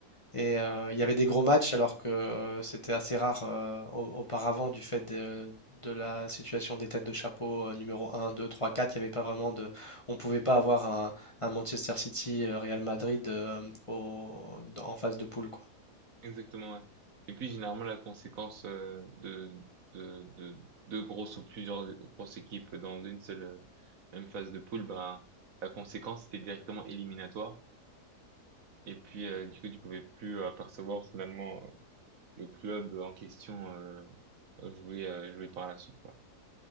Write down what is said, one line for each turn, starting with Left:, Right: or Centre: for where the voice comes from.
Left: Et euh,
Right: ouais,
Left: il y avait des gros matchs, alors que euh, c'était assez rare euh, au- auparavant du fait de, de la situation des têtes de chapeau euh, numéro un, 2, 3, 4. Il y avait pas vraiment de. On ne pouvait pas avoir un, un Manchester City, euh, Real Madrid euh, au- dans- en phase de poule, quoi.
Right: exactement. Ouais. Et puis généralement la conséquence euh, de, de, de deux grosses ou plusieurs grosses équipes dans une seule euh, même phase de poule, ben la conséquence était directement éliminatoire. Et puis euh, du coup tu pouvais plus euh, apercevoir finalement le club en question euh, jouer, euh, jouer par la suite, quoi.